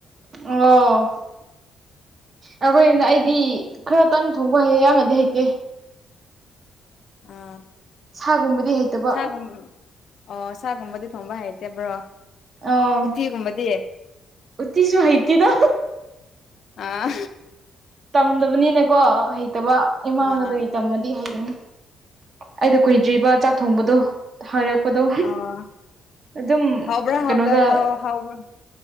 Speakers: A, on the right; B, on the left.
A: ꯑꯣ ꯑꯩꯈꯣꯏꯅ ꯑꯩꯗꯤ ꯈꯔꯇꯪ ꯊꯣꯡꯕ ꯍꯩꯌꯦ ꯌꯥꯝꯅꯗꯤ ꯍꯩꯇꯦ
B: ꯑꯥ
A: ꯁꯥꯒꯨꯝꯕꯗꯤ ꯍꯩꯇꯕ
B: ꯁꯒꯨꯝ ꯑꯣ ꯁꯥꯒꯨꯝꯕꯗꯤ ꯊꯣꯡꯕ ꯍꯩꯇꯕ꯭ꯔꯣ
A: ꯑꯣ
B: ꯎꯇꯤꯒꯨꯝꯕꯗꯤ
A: ꯎꯠꯇꯤꯁꯨ ꯍꯥꯏꯩꯇꯗ
B: ꯑꯥ
A: ꯇꯝꯗꯕꯅꯤꯅꯦꯀꯣ ꯍꯩꯇꯕ ꯏꯃꯥꯡꯒꯗ
B: ꯑꯥ
A: ꯇꯝꯃꯗꯤ ꯍꯩꯒꯅꯤ ꯑꯩꯗꯣ ꯀꯨꯏꯗ꯭ꯔꯤꯕ ꯆꯥꯛ ꯊꯣꯡꯕꯗꯣ ꯍꯥꯏꯔꯛꯄꯗꯣ
B: ꯑꯣ
A: ꯑꯗꯨꯝ
B: ꯍꯥꯎꯕ꯭ꯔꯥ ꯍꯥꯎꯇ
A: ꯀꯩꯅꯣꯗ
B: ꯍꯥꯎ ꯍꯥꯎꯕ꯭ꯔꯥ